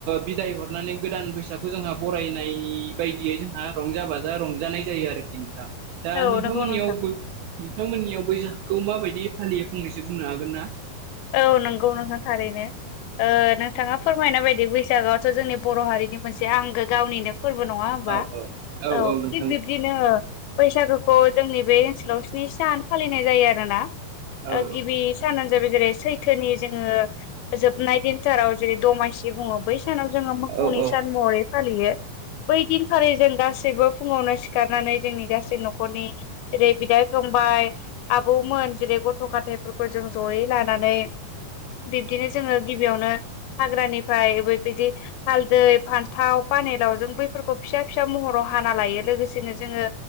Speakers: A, on the right; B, on the left.
A: बिदाय हरनानै गोदान बैसागुखौ जोंहा बरायनाय बायदियै जोंहा रंजा बाजा रंजानाय जायो आरोखि नोंथाङा दा
B: औ
A: नोंथांमोननियाव
B: नंगौ नोंथां
A: बैसागखौ माबायदि हालियो फंनैसो बुंनो हागोन ना।
B: औ नंगौ नोंना थारैनो। नोंथाङा फोरमायना बायदि बैसागोआवथ' जोंनि बर' हारिनि मोनसे आंगो गावनिनो फोरबो नङा हबा
A: औ औ
B: औ
A: नोंथां
B: थिक बिब्दिनो बैसागोखौ जोंनि बे ओनसोलाव स्नि सान फालिनाय जायो आरोना
A: औ
B: गिबि सानानो जाबाय जेरै सैथोनि जोङो जोबनाय दिन फथाराव जेरै दमासि बुङ बै सानाव जोङो मोसौनि
A: औ औ
B: सान महरै फालियो। बै दिनखाारिलि जों गासैबो फुङावनो सिखारनानै जोंनि गासै न'खरनि जेरै बिदा बि फंबाय आबौमोन जेरै गथ' गथायफोरखौ जों जयै लानानै बिब्दिनो जोङो गिबियावनो हाग्रानिफ्राय ओैबायदि हालदै फान्थाव पानेलाव जों बैफोरखौ फिसा फिसा महराव हाना लायो लोगोसेनो जोङो